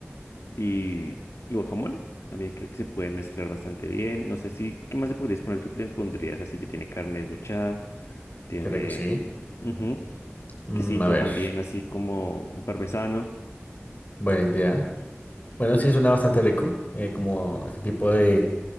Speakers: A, on the left; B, on the left.
A: Y, y guacamole. También creo que se pueden mezclar bastante bien. No sé si, ¿qué más le podrías poner? ¿Tú qué le pondrías? Así que tiene carne desmechada, tiene...
B: Qué rico, sí.
A: ujú,
B: Mm,
A: Quesito
B: a ver,
A: también, así como un parmesano.
B: buena idea. Bueno, sí, suena bastante rico. eh, como este tipo de